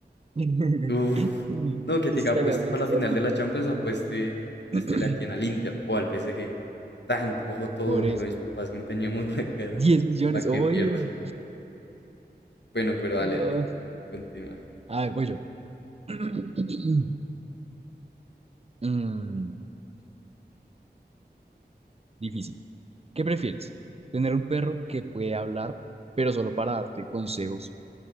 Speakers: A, on the right; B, on the left.
A: <laughs>
B: uff
A: Eso
B: No, que te diga
A: estaría
B: apueste
A: re
B: para
A: exótico.
B: la final de la Champions, apueste, apuéstele
A: <clears throat>
B: a quien, al Inter o al PSG. Tan, cojo todo,
A: Por
B: le
A: eso.
B: digo a mis papás que empeñemos <laughs> la cara
A: 10 millones,
B: para que
A: obvio.
B: pierda. Bueno, pero dale,
A: No.
B: dale. Continúa.
A: A ver, voy yo. <clears throat> Mm, difícil. ¿Qué prefieres? ¿Tener un perro que puede hablar, pero solo para darte consejos